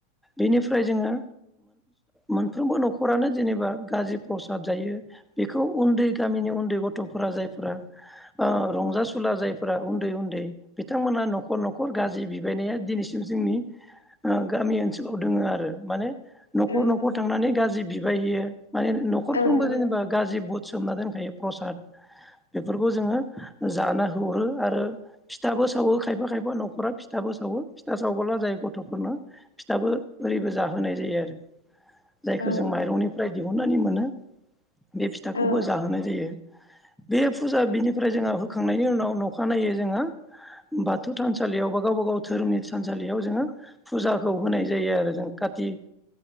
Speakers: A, in the centre; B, on the left (about 75°).
A: बेनिफ्राय जोङो मोनफ्रोमबो न'खरानो जेनेबा गाज्रि प्रसाद जायो बेखौ उन्दै गामिनि उन्दै गथ'फोरा जायफोरा ओ रंजासुला जायफोरा उन्दै उन्दै बिथांमोना न'खर न'खर गाज्रि बिबायनाया दिनैसिम जोंनि ओ गामि ओनसोलाव दोङो आरो माने न'खर
B: ओं
A: न'खर
B: औ
A: थांनानै गाज्रि बि बाययो माने न'खरफ्रोमबो
B: औ नोंथां
A: जेनेबा गाज्रि बुट सोमनानै दोनखायो प्रसाद बेफोरखौ जोङो जाना हरो आरो फिथाबो सावो खायफा खायफा न'खरा फिथाबो सावो फिथा सावबोला जाय गथ'फोरनो फिथाबो ओरैबो जाहोनाय जायो आरो जायखौ
B: औ
A: जों माइरंनिफ्राय दिहुननानै मोनो बे फिथाखौबो
B: औ
A: जाहोनाय जायो। बे फुजा बिनिफ्राय जोङो होखांनायनि उनाव नखानायै जोङो बाथौ थानसालियाव बा गावबा गाव धोरोमनि थानसालियाव जोङो फुजाखौ होनाय जायो आरो जों काति